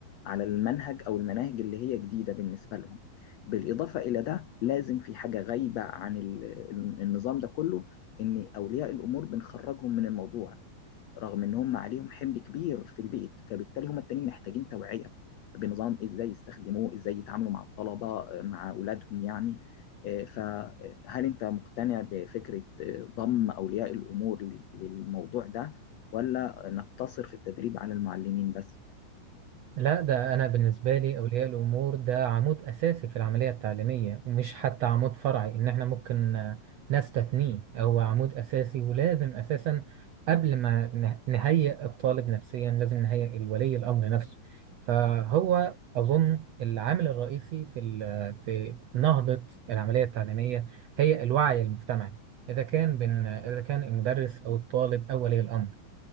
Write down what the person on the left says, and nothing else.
على المنهج او المناهج اللي هي جديده بالنسبه لهم بالاضافه الى ده لازم في حاجه غايبه عن ال- النظام ده كله ان اولياء الامور بنخرجهم من الموضوع رغم ان هم عليهم حمل كبير في البيت فبالتالي هم التانيين محتاجين توعيه بنظام ازاي يستخدموه ازاي يتعاملوا مع الطلبه آه، مع اولادهم يعني آه، فهل انت مقتنع بفكره آه، ضم اولياء الامور لل- للموضوع ده ولا نقتصر في التدريب على المعلمين بس